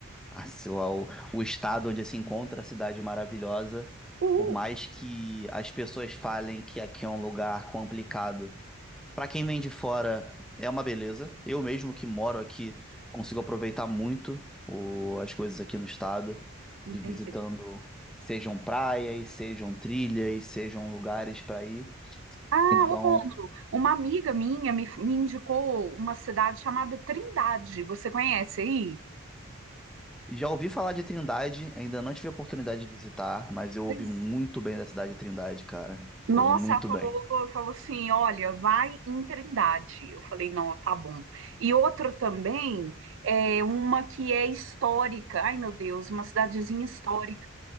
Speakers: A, in the centre; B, on the right.
A: A sua- o, o estado onde se encontra a cidade maravilhosa.
B: uhul,
A: Por mais que as pessoas falem que aqui é um lugar complicado, Para quem vem de fora, é uma beleza. Eu mesmo que moro aqui, consigo aproveitar muito o- as coisas aqui no estado,
B: entendi.
A: de visitando, sejam praias, sejam trilhas, sejam lugares para ir.
B: Ah,
A: Então,
B: ô Rômulo, uma amiga minha me, me indicou uma cidade chamada Trindade. Você conhece aí?
A: já ouvi falar de Trindade, ainda não tive a oportunidade de visitar, mas eu
B: Pois-
A: ouvi muito
B: é.
A: bem da cidade de Trindade, cara.
B: Nossa,
A: Ouvi muito
B: ela falou,
A: bem.
B: falou assim, olha, vai em Trindade. Eu falei, não, tá bom. E outra também, é uma que é histórica. Ai, meu Deus, uma cidadezinha histórica.